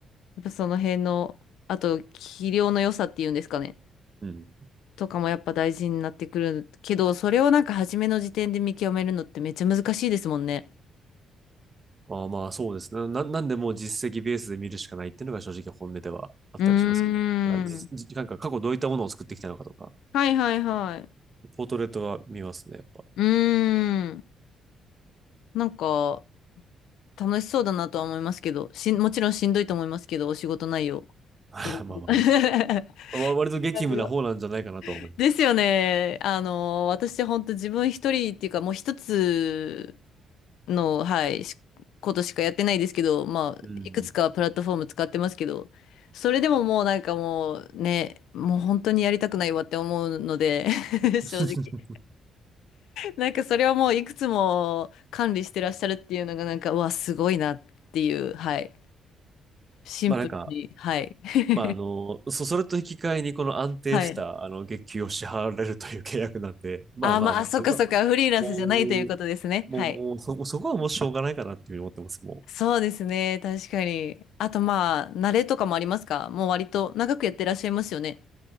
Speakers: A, on the left; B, on the right.
A: やっぱその辺の、あと、器量の良さっていうんですかね、
B: うん。
A: とかもやっぱ大事になってくるけど、それをなんか初めの時点で見極めるのってめっちゃ難しいですもんね。
B: まあまあ、そうですね。な、なんでもう実績ベースで見るしかないっていうのが正直本音ではあったりしますよね。
A: うー
B: だからじ、
A: ん。
B: じなんか過去どういったものを作ってきたのかとか、
A: はいはいはい。
B: ポートレートは見ますね、やっぱ。
A: うーん。なんか、楽しそうだなとは思いますけど、しん、もちろんしんどいと思いますけど、お仕事内容。
B: まあまあま
A: いろいろ <laughs>
B: あ、わ割と激務な方なんじゃないかなとは思います。
A: いろいろ <laughs> ですよね。あの、私本当自分一人っていうか、もう一つの、はい、しことしかやってないですけど、まあ、
B: うん。
A: いくつかプラットフォーム使ってますけど、それでももうなんかもうね、もう本当にやりたくないわって思うので、<laughs> 正直。
B: <laughs>
A: なんかそれはもういくつも管理してらっしゃるっていうのがなんか、うわ、すごいなっていう、はい。シンプルに、
B: まあなんか、
A: はい。<laughs>
B: まああの、そ、それと引き換えにこの安定したあの月給を支払われるという契約なんで、
A: はい。
B: まあまあもうそこは、
A: あー、まあ、あそっかそっか、フリーランスじゃないということですね。
B: もう、もう、
A: はい。
B: もうそ、そこはもうしょうがないかなっていうふうに思ってます、もう。
A: そうですね、確かに。あとまあ、慣れとかもありますかもう割と長くやってらっしゃいますよね。